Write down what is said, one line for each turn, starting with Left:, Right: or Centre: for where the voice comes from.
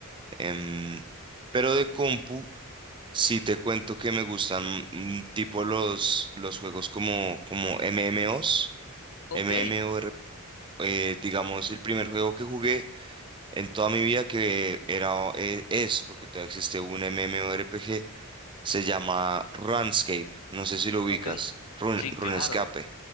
Right: Em, pero de compu. Sí, te cuento que me gustan mm, tipo los, los juegos como, como MMOs,
Left: Ok,
Right: MMOR, eh, digamos, el primer juego que jugué en toda mi vida que era, eh, es, porque todavía existe un MMORPG, se llama RuneScape, no sé si lo ubicas,
Left: ok.
Right: Run,
Left: Sí,
Right: RuneScape,
Left: claro.